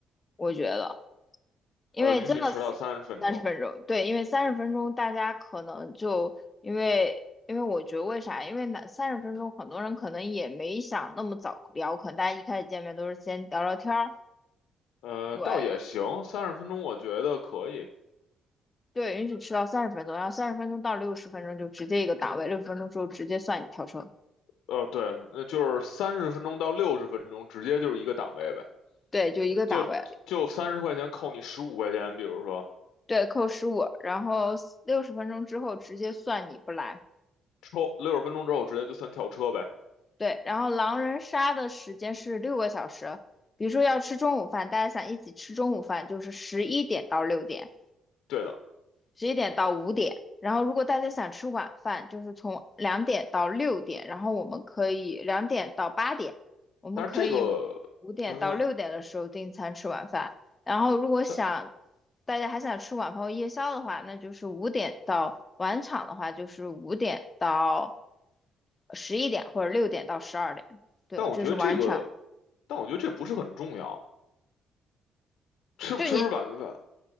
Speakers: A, on the left; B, on the left.
A: 我觉得，因为真的
B: 呃，允许迟到三十分钟，
A: 三十分钟，对，因为三十分钟大家可能就因为。因为我觉得为啥？因为那三十分钟，很多人可能也没想那么早聊，可能大家一开始见面都是先聊聊天儿，
B: 呃，
A: 对，
B: 倒也行，三十分钟我觉得可以。
A: 对，允许迟到三十分钟，然后三十分钟到六十分钟就直接一个档位，六十分钟之后直接算你跳车。
B: 呃，对，那就是三十分钟到六十分钟，直接就是一个档位呗，
A: 对，就一个档位，
B: 就就三十块钱扣你十五块钱，比如说
A: 对，扣十五，然后六十分钟之后直接算你不来。
B: 抽六十分钟之后直接就算跳车呗。
A: 对，然后狼人杀的时间是六个小时，比如说要吃中午饭，大家想一起吃中午饭，就是十一点到六点；
B: 对的，
A: 十一点到五点。然后如果大家想吃晚饭，就是从两点到六点，然后我们可以两点到八点，我们可以五点到六点的时候订餐吃晚饭。
B: 但是这个，嗯哼，
A: 然后如果想
B: 但
A: 大家还想吃晚饭或夜宵的话，那就是五点到晚场的话，就是五点到十一点或者六点到十二点。对，
B: 但我觉得这个。
A: 这是晚场。
B: 但我觉得这不是很重要，吃不吃晚饭。
A: 就你